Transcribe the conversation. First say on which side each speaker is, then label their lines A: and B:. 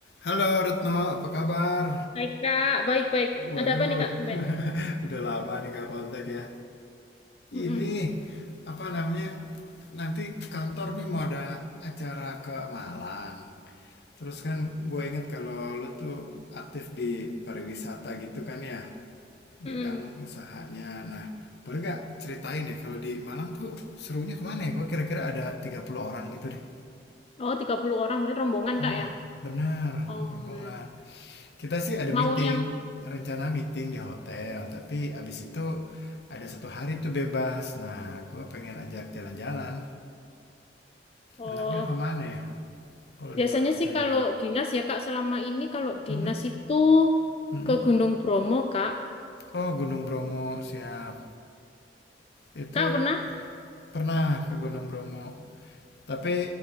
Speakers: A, on the left; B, on the left.
A: Halo Retno, apa kabar?
B: Baik, Kak. Baik-baik.
A: Waduh,
B: Ada apa nih, Kak? Tumben.
A: <laughs> udah lama nih nggak kontak ya.
B: Mm-mm.
A: Ini apa namanya? Nanti kantor nih mau ada acara ke Malang. Terus kan gue inget kalau lu tuh aktif di pariwisata gitu kan ya,
B: Mm-mm.
A: bidang usahanya. Nah, boleh gak ceritain ya kalau di Malang tuh serunya kemana ya? Gue kira-kira ada 30 orang gitu deh.
B: Oh, 30 orang. Berarti rombongan,
A: Oh,
B: Kak,
A: oh
B: ya?
A: benar,
B: Oh,
A: rombongan. kita sih ada
B: mau
A: meeting
B: yang...
A: rencana meeting di hotel tapi abis itu ada satu hari tuh bebas nah gue pengen ajak jalan-jalan
B: Oh,
A: anaknya kemana ya kalau
B: biasanya
A: di Malang
B: sih
A: tuh
B: kalau
A: ya
B: dinas ya, Kak. Selama ini kalau dinas
A: Mm-mm,
B: itu
A: mm-mm.
B: ke Gunung Bromo, Kak.
A: oh Gunung Bromo siap itu
B: Kak pernah?
A: pernah ke Gunung Bromo tapi